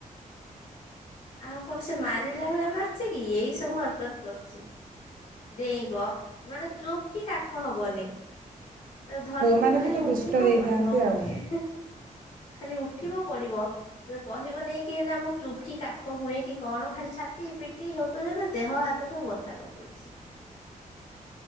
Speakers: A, on the left (about 55°); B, on the right (about 85°).
A: ଆଉ କଣ ସେ ମାରିଲା ଭଳିଆ ମାରୁଛି କି ଏଇ ସବୁ ହରକତ କରୁଛି ଡେଇଁବ ମାନେ ଚୁପ କି କାଖ ଖ ହବନି। ଧରିଥିବୁ
B: ପୁଅମାନେ
A: ଖାଲି
B: ଟିକେ
A: ଉଠିବ
B: ଦୁଷ୍ଟ ହେଇଥାନ୍ତି
A: ପଡିବ ଉଠି
B: ଆଉ
A: ଖାଲି ଉଠିବ ପଡିବ କହିବନି, କି ଏନା ମୁଁ ଚୁପକି କାଖ ହୁଏ କି କଣ ଖାଲି ଛାଟି ପିଟି ହେଉଥାଏ ଯେ ଦେହ ହାତ ସବୁ ବଥା କରିଦଉଛି।